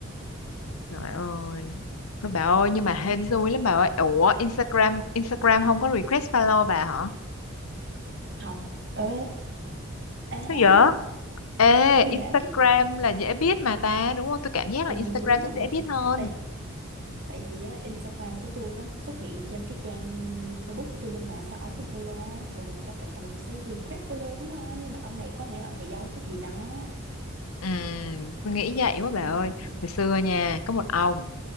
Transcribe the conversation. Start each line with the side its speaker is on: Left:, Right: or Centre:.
Left: Trời ơi. Thôi bà ơi, nhưng
Right: không
Left: mà hên xui lắm bà ơi. Ủa, Instagram Instagram không có request follow bà hả?
Right: không ê ê
Left: sao vậy Ê,
Right: tôi
Left: Instagram
Right: để cái
Left: là dễ biết mà ta, đúng không? Tôi cảm giác
Right: ờ
Left: là Instagram
Right: đúng
Left: sẽ
Right: rồi
Left: dễ biết hơn.
Right: tại tại vì á, Instagram của tôi nó xuất hiện trên cái trang Facebook của tôi luôn mà sao ông cũng follow thường là người ta thích là người ta sẽ request follow đúng không nhưng mà ông này có nghĩa là ông này giấu cái gì đó
Left: Ừ, tôi nghĩ vậy quá bà
Right: ừ
Left: ơi. Hồi xưa nha, có một ông,